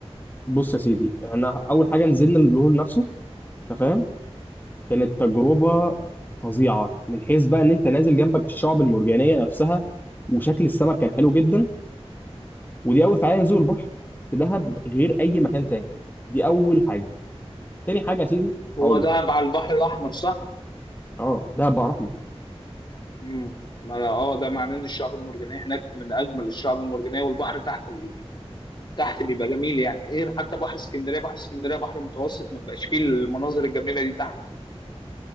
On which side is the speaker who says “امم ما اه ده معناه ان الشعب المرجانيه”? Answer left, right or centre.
Left